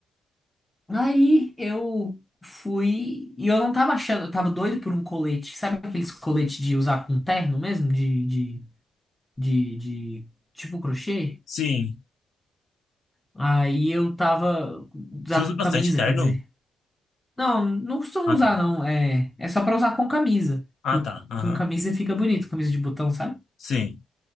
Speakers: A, in the centre; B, on the left.
A: Aí eu fui e eu não tava achando, eu tava doido por um colete. Sabe aqueles coletes de usar com terno mesmo? De, de, de, de tipo crochê?
B: sim.
A: Aí eu tava usar
B: Você usa
A: com
B: bastante
A: camisa,
B: terno?
A: quer dizer. Não, não costumo
B: Ah,
A: usar,
B: tá.
A: não. É, é só pra usar com camisa.
B: Ah,
A: Com
B: tá. Aham.
A: com camisa fica bonito, camisa de botão, sabe?
B: Sim.